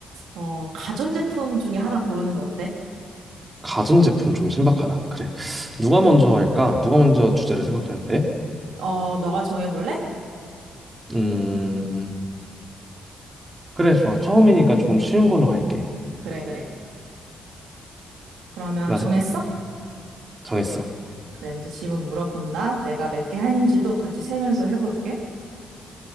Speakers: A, on the right (about 75°); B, on the right (about 30°).
A: 어, 가전제품 중에 하나 고르는 거 어때?
B: 가전제품 좀 신박하다. 그래. 누가 먼저 할까? 누가 먼저 주제를 생각하는데?
A: 어, 너가 정해볼래?
B: 음, 그래, 좋아. 처음이니까 조금 쉬운 걸로 할게.
A: 그래, 그래. 그러면
B: 나
A: 정했어?
B: 생- 정했어.
A: 그래, 이제 질문 물어본다. 내가 몇 개 했는지도 같이 세면서 해볼게.